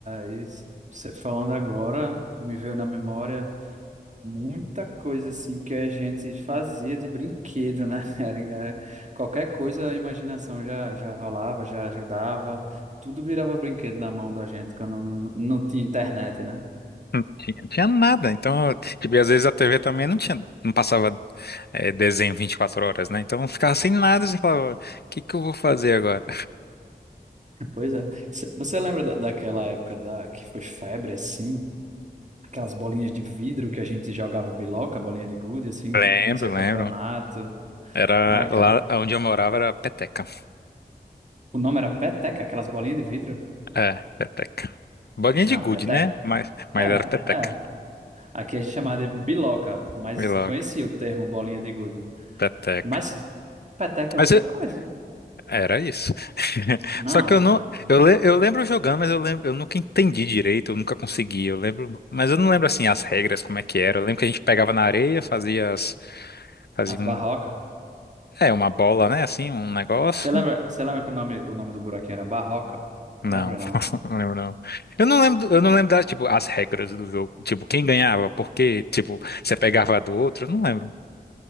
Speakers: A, on the right; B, on the left.
A: É, e você falando agora, me veio na memória muita coisa assim que a gente fazia de brinquedo, né? <laughs> Era, era- qualquer coisa, a imaginação já, já rolava, já ajudava. Tudo virava brinquedo na mão da gente quando não, não tinha internet, né?
B: Não tinha, não tinha nada. Então, tipo, e às vezes a TV também não tinha, não passava eh, desenho 24 horas, né? Então eu ficava sem nada, você falava, o que que eu vou fazer agora?
A: Pois é. C- Você lembra da- daquela época da, que foi febre, assim? Aquelas bolinhas de vidro que a gente jogava biloca, bolinha de gude, assim,
B: Lembro,
A: que que fazia campeonato.
B: lembro. Era
A: Ai, cara.
B: lá onde eu morava era peteca.
A: O nome era peteca, aquelas bolinhas de vidro?
B: É, peteca. Bolinha
A: Não,
B: de gude,
A: peté.
B: né? Mas, mas
A: É,
B: era peteca.
A: é. Aqui a gente chamava de biloca, mas
B: Vi logo,
A: conhecia o termo bolinha de gude.
B: peteca.
A: Mas peteca é
B: Mas
A: outra
B: eu-
A: coisa.
B: era isso. <laughs>
A: Não.
B: Só que eu não, eu, le- eu lembro jogando, mas eu lembro, eu nunca entendi direito, eu nunca consegui. Eu lembro, mas eu não lembro assim as regras, como é que era. Eu lembro que a gente pegava na areia, fazia as, fazia
A: As
B: um,
A: barrocas.
B: é, uma bola, né? Assim, um negócio.
A: Você lembra, você lembra que o nome, o nome do buraquinho era barroca?
B: Não,
A: Lembra, não?
B: <laughs> não lembro não. Eu não lembro, eu não lembro das, tipo, as regras do jogo. Tipo, quem ganhava, Porque Tipo, você pegava a do outro, eu não lembro.